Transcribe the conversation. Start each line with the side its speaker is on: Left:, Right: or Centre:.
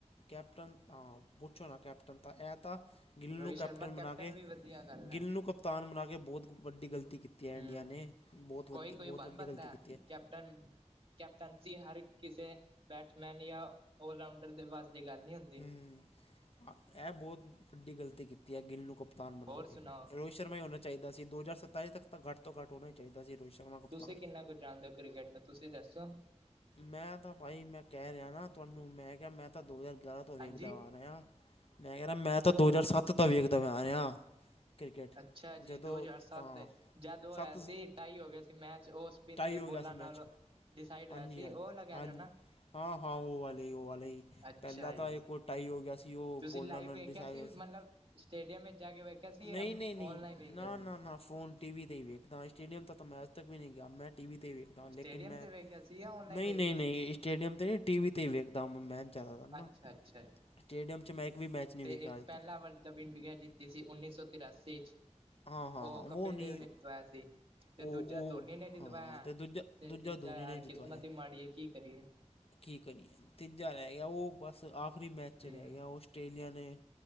Left: ਕੈਪਟਨ ਹਾਂ ਪੁੱਛੋ ਨਾ ਕੈਪਟਨ ਤਾਂ ਇਹ ਤਾਂ ਗਿੱਲ
Right: ਰੋਹਿਤ
Left: ਨੂੰ ਕੈਪਟਨ
Right: ਸ਼ਰਮਾ
Left: ਬਣਾ ਕੇ
Right: ਵੀ ਵਧੀਆ ਗੱਲ ਹੈ
Left: ਗਿੱਲ ਨੂੰ ਕਪਤਾਨ ਬਣਾ ਕੇ ਬਹੁਤ ਵੱਡੀ ਗਲਤੀ ਕੀਤੀ ਹੈ
Right: ਹਮ
Left: ਇੰਡੀਆ ਨੇ ਬਹੁਤ ਵੱਧੀ
Right: ਕੋਈ ਕੋਈ
Left: ਬਹੁਤ
Right: ਬਣ
Left: ਵੱਡੀ
Right: ਬੰਦਾ
Left: ਗਲਤੀ ਕੀਤੀ ਐ।
Right: ਕੈਪਟਨ, ਕੈਪਟਨਸੀ ਹਰ ਕਿਸੇ ਬੈਟਸਮੈਨ ਜਾਂ ਆਲ ਰਾਊਂਡਰ ਦੇ ਵਾਸਤੇ ਗੱਲ ਨਹੀਂ ਹੁੰਦੀ।
Left: ਇਹ ਬਹੁਤ ਵੱਡੀ ਗਲਤੀ ਕੀਤੀ ਐ ਗਿੱਲ ਨੂੰ ਕਪਤਾਨ ਬਣਾ
Right: ਹੋਰ
Left: ਕੇ
Right: ਸੁਣਾਓ
Left: ਰੋ ਹਿਤ ਸ਼ਰਮਾ ਹੋਣਾ ਚਾਹੀਦਾ ਸੀ। ਦੋ ਹਜ਼ਾਰ ਸਤਾਈ ਤੱਕ ਘੱਟ ਤੋਂ ਘੱਟ ਹੋਣਾ ਹੀ ਚਾਹੀਦਾ ਸੀ ਰੋਹਿਤ, ਸ਼ਰਮਾ ਕਪਤਾਨ
Right: ਤੁਸੀਂ ਕਿੰਨਾ ਕੁਝ ਜਾਣਦੇ ਓ ਕ੍ਰਿਕਟ ਨੂੰ ਤੁਸੀਂ ਦੱਸੋ?
Left: ਮੈਂ ਤਾਂ ਭਾਈ ਮੈਂ ਕਹਿ ਰਿਹਾ ਨਾ ਤੁਹਾਨੂੰ ਮੈਂ ਕਿਹਾ ਮੈਂ ਤਾਂ ਦੋ ਹਜ਼ਾਰ ਗਿਆਰਾਂ ਤੋਂ ਵੇਖਦਾ
Right: ਹਾਂਜੀ
Left: ਆ ਰਿਹਾ ਮੈਂ ਕਹਿ ਰਿਹਾ ਮੈਂ ਤਾਂ ਦੋ ਹਜ਼ਾਰ ਸੱਤ ਤੋਂ ਵੇਖਦਾ ਮੈਂ ਆ ਰਿਹਾ। ਕ੍ਰਿਕਟ
Right: ਅੱਛਾ ਜੀ,
Left: ਜਦੋਂ
Right: ਦੋ ਹਜ਼ਾਰ ਸੱਤ
Left: ਹਾਂ
Right: ਜਦ ਉਹ
Left: ਸੱਤ
Right: ਹੋਇਆ ਸੀ ਢਾਈ ਹੋ ਗਏ ਸੀ ਮੈਚ ਉਸ ਸਪਿੰਨ
Left: ਟਾਈ
Right: ਦੇ
Left: ਹੋ
Right: ਬੋਲਾਂ
Left: ਗਿਆ ਸੀ ਮੈਚ
Right: ਨਾਲ ਡਿਸਾਈਡ
Left: ਹਾਂਜੀ
Right: ਹੋਇਆ ਸੀ
Left: ਹਾਂਜੀ
Right: ਉਹ ਆਲਾ ਕਹਿ
Left: ਹਾਂਜੀ
Right: ਰਹੇ ਹੋ ਨਾ।
Left: ਹਾਂ ਹਾਂ, ਉਹ ਵਾਲੇ ਹੀ ਉਹ ਵਾਲੇ ਹੀ
Right: ਅੱਛਾ
Left: ਪਹਿਲਾਂ ਤਾਂ
Right: ਜੀ
Left: ਇਹ ਕੋ ਟਾਈ ਹੋ ਗਿਆ ਸੀ। ਸੀ ਉਹ
Right: ਤੁਸੀਂ
Left: ਬੋਲਾ
Right: ਲਾਈਵ
Left: ਨਾਲ
Right: ਵੇਖਿਆ
Left: ਡਿਸਾਇ ਗਿਆ
Right: ਮਤਲਬ
Left: ਸੀ।
Right: ਸਟੇਡੀਅਮ ਵਿੱਚ ਜਾ ਕੇ ਵੇਖਿਆ ਸੀ
Left: ਨਹੀਂ-ਨਹੀਂ,
Right: ਔਨਲਾਈਨ
Left: ਨਹੀਂ
Right: ਵੇਖਿਆ
Left: ਨਾ
Right: ਸੀ
Left: ਨਾ ਨਾ ਫੋਨ ਟੀ ਵੀ ਤੇ ਹੀ ਵੇਖਦਾ ਸਟੇਡੀਅਮ ਤੱਕ ਤਾਂ ਮੈਂ ਅੱਜ ਤੱਕ ਵੀ ਨਹੀਂ ਗਿਆ ਮੈਂ ਟੀ ਵੀ ਤੇ ਈ ਵੇਖਦਾ ਲੇਕਿਨ
Right: ਸਟੇਡੀਅਮ
Left: ਮੈਂ
Right: ਤੇ ਵੇਖਿਆ ਸੀ ਜਾਂ ਔਨਲਾਈਨ
Left: ਨਹੀਂ
Right: ਵੇਖਿਆ
Left: ਨਹੀਂ, ਨਹੀਂ
Right: ਸੀ
Left: ਸਟੇਡੀਅਮ 'ਤੇ ਨਹੀਂ ਟੀ ਵੀ ਤੇ ਈ ਵੇਖਦਾ ਮੈਂਚ ਜ਼ਿਆਦਾ ਨਾ।
Right: ਅੱਛਾ ਅੱਛਾ ਜੀ
Left: ਸਟੇਡੀਅਮ 'ਚ ਮੈਂ ਇੱਕ ਵੀ ਮੈਚ ਨਹੀਂ
Right: ਤੇ
Left: ਵੇਖਿਆ
Right: ਇੱਕ
Left: ਅੱਜ
Right: ਪਹਿਲਾ
Left: ਤੱਕ
Right: ਵਲਡ ਕੱਪ ਇੰਡੀਆ ਜਿੱਤੀ ਸੀ ਉੱਨੀ ਸੌ ਤਰਾਸੀ ਚ
Left: ਹਾਂ ਹਾਂ
Right: ਉਹ
Left: ਹਾਂ
Right: ਕਪਿਲ
Left: ਨਹੀਂ
Right: ਦੇਵ ਨੇ ਜਤਵਾਇਆ ਸੀ। ਤੇ
Left: ਉਹ
Right: ਦੂਜਾ
Left: ਉਹ
Right: ਧੋਨੀ ਨੇ ਜੀਤਵਾਇਆ
Left: ਹਾਂ ਅਤੇ ਦੂਜਾ
Right: ਤੇ
Left: ਦੂਜਾ
Right: ਤੀਜਾ
Left: ਧੋਨੀ
Right: ਯਾਰ
Left: ਨੇ ਜਿਤਵਾਇਆ
Right: ਕਿਸਿਮਤ ਈ ਮਾੜੀ ਏ ਕੀ ਕਰੀਏ।
Left: ਕੀ ਕਰੀਏ ਤੀਜਾ ਰਹਿ ਗਿਆ ਉਹ ਬਸ ਆਖਰੀ ਮੈਚ ਚ
Right: ਹੂੰ
Left: ਰਹਿ ਗਿਆ ਓ ਆਸਟ੍ਰੇਲੀਆ ਨੇ।